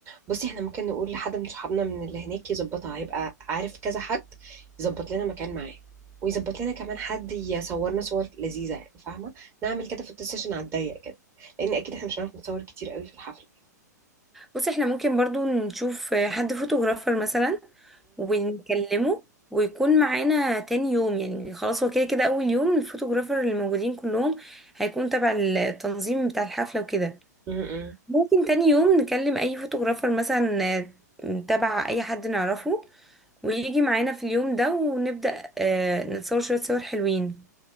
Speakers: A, on the right; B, in the centre.
A: بصي احنا ممكن نقول لحد من صحابنا من اللي هناك يظبطها هيبقى عارف كذا حد يظبط لنا مكان معاه ويظبط لنا كمان حد يصورنا صور لذيذة يعني فاهمة نعمل كده فوتو سيشن على الضيق كده لان اكيد احنا مش هنعرف نتصور كتير قوي في الحفلة
B: بصي احنا ممكن برضو نشوف حد فوتوغرافر مثلا ونكلمه ويكون معانا تاني يوم يعني خلاص هو كده كده اول يوم الفوتوغرافر اللي موجودين كلهم هيكون تبع التنظيم بتاع الحفلة وكده
A: امم
B: ممكن تاني يوم نكلم اي فوتوغرافر مثلا آه، تبع اي حد نعرفه ويجي معانا في اليوم ده ونبدأ آه، نتصور شوية صور حلوين